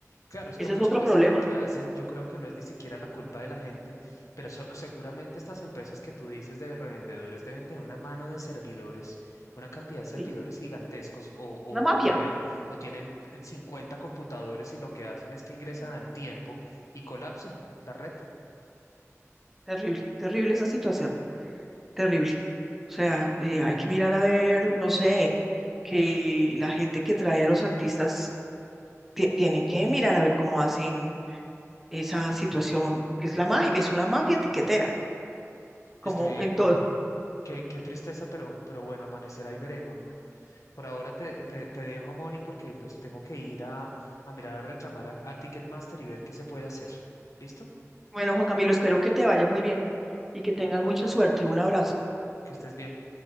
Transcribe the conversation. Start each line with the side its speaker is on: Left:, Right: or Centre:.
Left: Claro, es
Centre: Ese
Left: que muchas
Centre: es otro
Left: veces
Centre: problema.
Left: lo que hacen, yo creo que no es ni siquiera la culpa de la gente, pero se- seguramente estas empresas que tú dices de revendedores deben tener una mano de servidores, una cantidad de servidores
Centre: Sí.
Left: gigantescos o, o-
Centre: Una
Left: o
Centre: mafia.
Left: tienen, o tienen eh, 50 computadores y lo que hacen es que ingresan
Centre: Mm,
Left: al tiempo y colapsan la red.
Centre: Terrible, terrible esa situación, terrible. O sea, eh, hay que mirar a ver, no sé, que la gente que trae a los artistas tie- tienen que mirar a ver cómo hacen esa situación, que es la magia, es una mafia tiquetera, como
Left: Estoy,
Centre: en todo.
Left: qué, qué tristeza, pero, pero bueno, amanecerá y veremos, Moni. Por ahora te, te, te dejo, Moni, porque pues tengo que ir a, a mirar a reclamar a a Ticketmaster y ver qué se puede hacer. ¿Listo?
Centre: Bueno, Juan Camilo, espero que te vaya muy bien y que tengas mucha suerte. Un abrazo.
Left: Que estés bien.